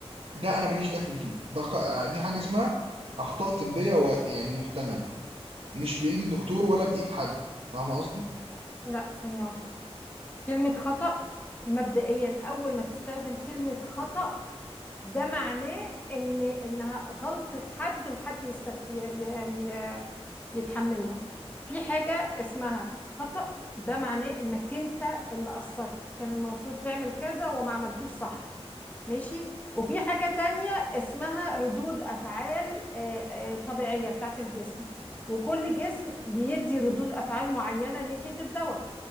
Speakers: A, on the right; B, on the left.
A: ده انا ماليش دخل فيه ده خ... آه، دي حاجة اسمها اخطاء طبية و... يعني محتملة مش بايد الدكتور ولا بايد حد فاهمة قصدي
B: لا ثانية واحدة كلمة خطأ مبدئيا أول ما تستخدم كلمة خطأ ده معناه إن إنها غلطة حد وحد يستغ... ي... ي... ي... يتحملها في حاجة اسمها خطأ ده معناه إنك أنت اللي قصرت كان المفروض تعمل كذا وما عملتوش صح ماشي وفي حاجة تانية اسمها ردود أفعال آه، آه، طبيعية بتاعت الجسم وكل جسم بيدي ردود أفعال معينة ناحية الدواء